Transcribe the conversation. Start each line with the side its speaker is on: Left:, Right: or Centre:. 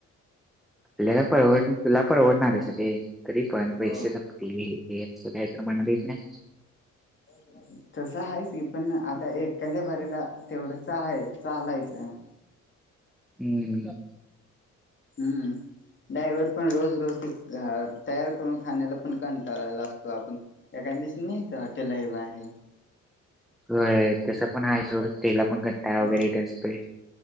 Centre: आपल्याला काय परव तुला परवडनारच रे तरी पण
Left: हो
Centre: पैसे संपतील हे. हेच काय तर <unintelligible>
Left: राहुदे राहुदे. तसं आहेच की पण आता एखाद्या बारीला तेवढं चालाय चालायचं.
Centre: हम्.
Left: हम्म. डायव्हर पण रोज रोज ते तयार करून खाण्याला पण कंटाळलेला असतो आपण एकाण दिवशी न्यायचं हॉटेल आहे बाहेर.
Centre: होय तस पण आहे सोड तेला पण कंटाळा
Left: हो
Centre: वगैरे येत आसतोय.